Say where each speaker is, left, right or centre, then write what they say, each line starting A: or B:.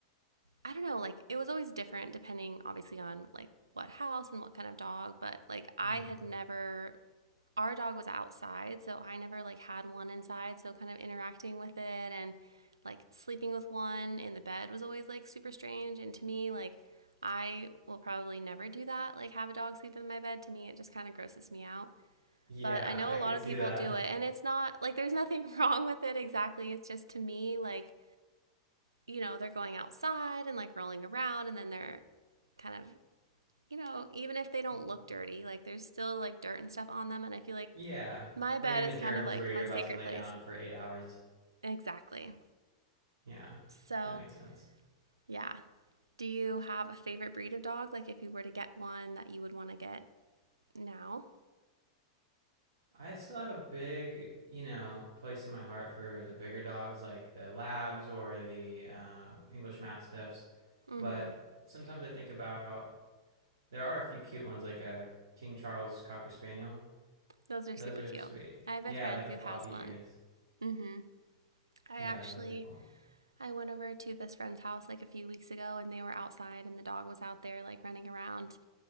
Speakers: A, on the right; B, on the right.
A: I don't know, like it was always different depending obviously on like what house and what kind of dog, but like I
B: Mm-hmm.
A: had never our dog was outside, so I never like had one inside, so kind of interacting with it and like sleeping with one in the bed was always like super strange and to me like I will probably never do that, like have a dog sleep in my bed. To me, it just kind of grosses me out.
B: Yeah,
A: But I know
B: I
A: a lot
B: could
A: of
B: see
A: people
B: that.
A: do it, and it's not like there's nothing <laughs> wrong with it exactly. It's just to me, like, you know, they're going outside and like rolling around and then they're kind of, you know, even if
B: <laughs>
A: they don't look dirty, like there's still like dirt and stuff on them. And I feel like
B: Yeah.
A: my bed
B: Bring in
A: is
B: the germs
A: kind of like
B: where you're
A: my
B: about
A: sacred
B: to lay
A: place.
B: down for eight hours.
A: Exactly.
B: Yeah.
A: So,
B: That makes sense.
A: yeah. Do you have a favorite breed of dog? Like if you were to get one that you would want to get now?
B: I still have a big, you know, place in my heart for the bigger dogs like the labs or the uh, English Mastiffs.
A: Mm
B: But
A: hmm.
B: sometimes I think about there are a few cute ones like a King Charles Cocker Spaniel.
A: Those are
B: Those
A: super
B: are
A: cute.
B: sweet.
A: I have
B: Yeah,
A: a friend
B: like the
A: who
B: floppy
A: has one.
B: ears.
A: Mm hmm. I
B: Yeah,
A: actually.
B: those are cool.
A: I went over to this friend's house like a few weeks ago and they were outside and the dog was out there like running around